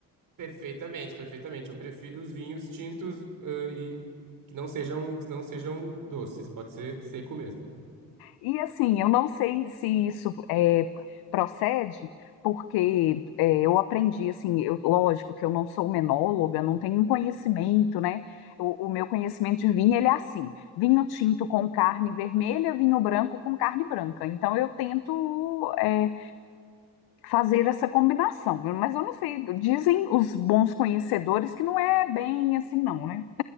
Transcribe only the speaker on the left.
E assim, eu não sei se isso é, procede, porque é, eu aprendi, assim, eu- lógico que eu não sou menóloga, não tenho um conhecimento, né? O, o meu conhecimento de vinho, ele é assim, vinho tinto com carne vermelha, vinho branco com carne branca. Então, eu tento é, fazer essa combinação, mas eu não sei, dizem os bons conhecedores que não é bem assim, não, né?